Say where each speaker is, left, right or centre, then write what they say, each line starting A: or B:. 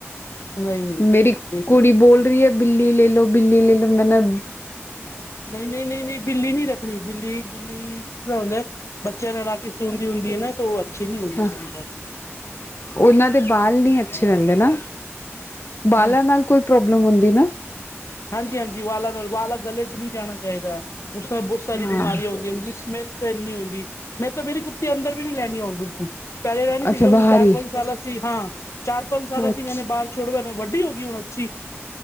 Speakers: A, on the left; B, on the left.
A: ਨਹੀਂ ਨਹੀਂ
B: ਮੇਰੀ
A: ਨਹੀਂ ਸਮਝ
B: ਕੁੜੀ ਬੋਲ ਰਹੀ ਏ, ਬਿੱਲੀ ਲੈ ਲੋ ਬਿੱਲੀ ਲੈ ਲਓ ਮੈਂ ਨ
A: ਨਹੀਂ ਨਹੀਂ ਨਹੀਂ ਨਹੀਂ ਬਿੱਲੀ ਨਹੀਂ ਰੱਖਣੀ ਬਿੱਲੀ ਬਿੱਲੀ ਬੱਚਿਆਂ ਨਾਲ ਲਾ ਕੇ ਸੁੰਦੀ ਹੁੰਦੀ ਏ ਨਾ ਤਾਂ ਉਹ ਅੱਛੀ ਨੀ ਹੁੰਦੀ
B: ਹਾਂ
A: ਸਰੀਰ ਵਾਸਤੇ।
B: ਉਹਨਾਂ ਦੇ ਬਾਲ ਨਹੀਂ ਅੱਛੇ ਰਹਿੰਦੇ ਨਾ, ਬਾਲਾਂ
A: ਹਾਂ
B: ਨਾਲ ਕੋਈ ਪ੍ਰੋਬਲਮ ਹੁੰਦੀ ਨਾ।
A: ਹਾਂਜੀ-ਹਾਂਜੀ <unintelligible> ਚ ਨਹੀਂ ਜਾਣਾ ਚਾਹੀਦਾ, ਉਸ ਨਾਲ ਬਹੁਤ ਸਾਰੀ ਬਿਮਾਰੀਆਂ
B: ਹਾਂ
A: ਹੁੰਦੀਆਂ ਉਹਦੀ ਸਮੈਲ <unintelligible> ਮੈਂ ਤਾਂ ਮੇਰੀ ਕੁੱਤੀ ਅੰਦਰ ਵੀ ਨਹੀਂ ਲੈ ਕੇ ਅਉਣ ਦਿੱਤੀ ਪਹਿਲੇ ਰਹਿਣੀ ਸੀਗਾ
B: ਅੱਛਾ
A: ਹੁਣ
B: ਬਾਹਰ
A: ਚਾਰ-ਪੰਜ
B: ਹੀ
A: ਸਾਲਾਂ ਸੀ ਹਾਂ। ਚਾਰ ਪੰਜ ਸਾਲ ਅਸੀਂ
B: ਅੱਛਾ
A: ਮੈਂਨ ਬਾਹਰ ਛੋੜੋ ਇਹਨੂੰ ਵੱਡੀ ਹੋ ਗਈ ਹੁਣ <unintelligible>